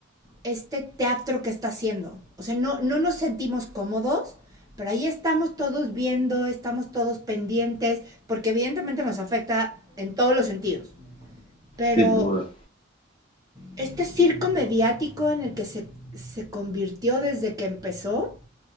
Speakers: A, on the right; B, on the left.
A: este teatro que está haciendo. O sea, no, no nos sentimos cómodos, pero ahí estamos todos viendo, estamos todos pendientes, porque evidentemente nos afecta en todos los sentidos. Pero
B: Sí, sin duda.
A: este circo mediático en el que se, se convirtió desde que empezó,